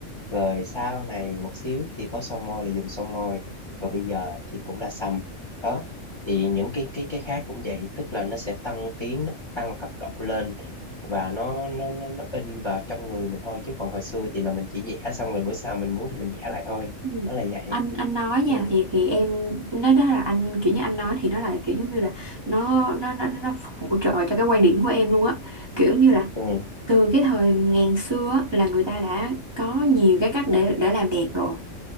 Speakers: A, on the left; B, on the right.
A: rồi sau này một xíu thì có son môi là dùng son môi rồi bây giờ thì cũng là sâm đó thì những cái cái cái khác cũng vậy tức là nó sẽ tăng tiến nó tăng cấp độ lên và nó nó nó, nó in vào trong người mình thôi chứ còn hồi xưa thì là mình chỉ vẽ xong rồi bữa sau mình muốn thì mình vẽ lại thôi
B: Ừ.
A: đó là vậy
B: anh anh nói
A: ừ
B: nha thì thì em nó đó là anh kiểu như anh nói thì nó là kiểu giống như là nó nó nó nó hỗ trợ cho cái quan điểm của em luôn á kiểu như là
A: ừ
B: từ cái thời ngàn xưa á, là người ta đã có nhiều cái cách để để làm đẹp rồi